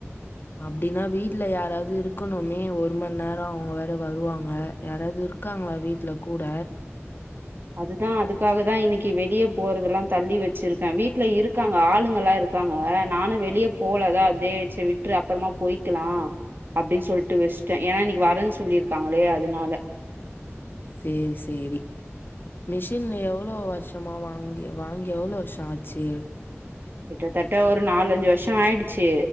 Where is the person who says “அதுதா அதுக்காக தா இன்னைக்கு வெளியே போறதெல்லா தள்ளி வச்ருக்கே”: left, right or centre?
Right